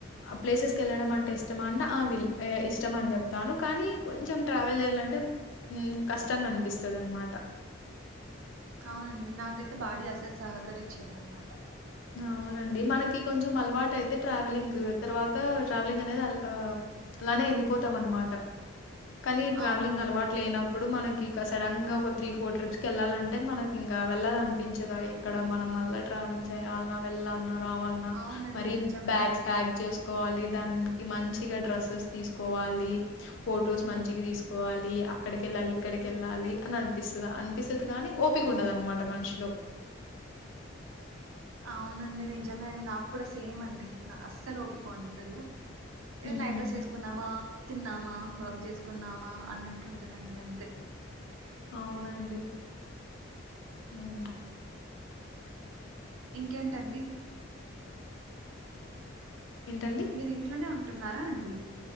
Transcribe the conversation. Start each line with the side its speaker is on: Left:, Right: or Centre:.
Left: ఆ ప్లేసెస్కి వెళ్ళడం అంటే ఇష్టం అంట ఆ విల్ ఇష్టం అని చెప్తాను కానీ కొంచెం ట్రావెల్ చేయాలంటే హ్మ్ కష్టంగా అనిపిస్తది అనమాట
Right: అవునండి నాకైతే బాడీ అసలు సహకరించదన్మాట
Left: అవునండి మనకి కొంచెం అలవాటు అయితే ట్రావెలింగ్ తర్వాత ట్రావెలింగ్ అనేది ఆ అలానే వెళ్ళిపోతాం అనమాట కానీ ట్రావెలింగ్
Right: అవునండి
Left: అలవాటు లేనం ఇప్పుడు మనకి ఇక సడన్ గా ఒక త్రీ ఫోర్ ట్రిప్స్ కి వెళ్ళాలంటే మనకి ఇంకా వెళ్లాలినిపించదయే ఇక్కడ మనం మళ్ళా ట్రావెలింగ్ చేయాలన్నా వెళ్ళాలనా రావాలన్నా
Right: అవునండి
Left: మరీ
Right: నిజమే
Left: బ్యాగ్స్
Right: అండి
Left: ప్యాక్ చేసు కోవాలి దానికి మంచిగా డ్రెస్సెస్ తీసుకోవాలి ఫొటోస్ మంచిగా తీసుకోవాలి. అక్కడికి ఎళ్ళాలి ఇక్కడికి ఎళ్ళాలి అని అం అనిపిస్తుందా అనిపిస్తది కాని ఓపిక ఉండదు అనమాట మనుషులు
Right: అవునండి నిజమే అని నాకు కూడా సేమ్ అండి నాకు అస్సలు ఒపిక ఉండదు. ఏదో
Left: హ్మ్.
Right: నైట్ డ్రస్ చేసుకున్నామా తిన్నామా వర్క్ చేసుకుందామా అన్నట్టు ఉంటదండి అంతే
Left: అవునండి హ్మ్.
Right: ఇంకేంటండి
Left: ఏంటండి
Right: మీరు ఇంట్లోనే ఉంటున్నారా అండి